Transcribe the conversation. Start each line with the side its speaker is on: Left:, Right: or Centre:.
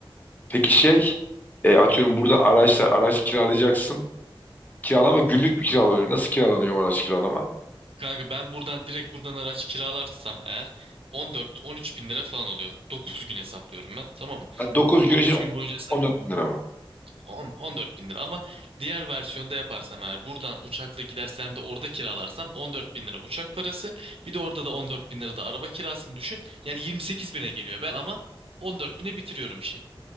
Left: Peki şey e, atıyorum buradan araçla araç kiralayacaksın. Kiralama günlük bir kiralanıyor. Nasıl kiralanıyor o araç kiralama?
Right: Kanka ben buradan direkt buradan araç kiralarsam eğer 14-13 bin lira falan oluyor. 9 gün hesaplıyorum ben tamam mı?
Left: 9
Right: 9
Left: gün için
Right: gün boyunca hesap
Left: 14 bin lira mı?
Right: On- 14 bin lira ama diğer versiyonda yaparsam eğer buradan uçakla gidersem de orada kiralarsam 14 bin lira uçak parası bir de orada da 14 bin lira da araba kirasını düşün yani 28 bine geliyor ben ama 14 bine bitiriyorum işi.